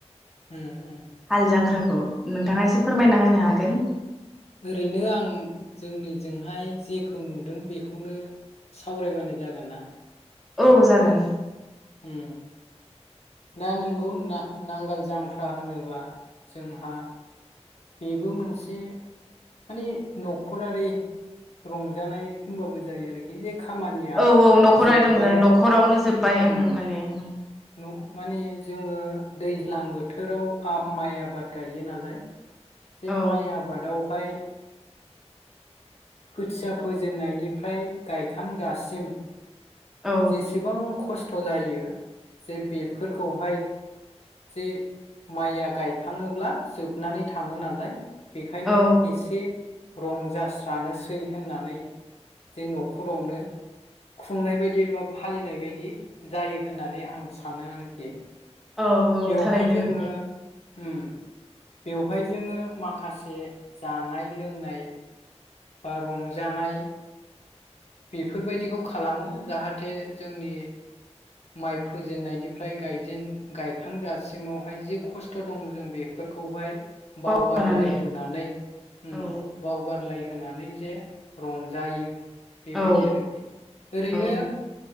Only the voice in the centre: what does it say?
हाल जांख्राखौ नोंथाङा एसे फोरमायना होनो हागोन।
औ जागोन।
औ औ नखराय
दं न'खरावनो जोबबाय
ओं माने उम
औ
औ
औ
औ औ
थारैनो
नोंगौ
बावगारनानै
औ
औ
औ